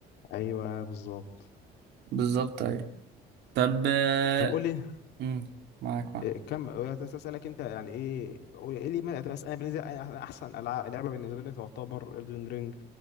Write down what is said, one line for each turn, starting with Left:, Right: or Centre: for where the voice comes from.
Left: ايوه بالظبط
Right: بالظبط أيوة طب آه،
Left: طب قول لي
Right: مم، معاك معاك
Left: إيه كم اسالك انت يعني ايه قول ايه لي ما... بس انا بالنسبه أنا أنا احسن ألعاب... لعبه بالنسبه لي تعتبر Elden Ring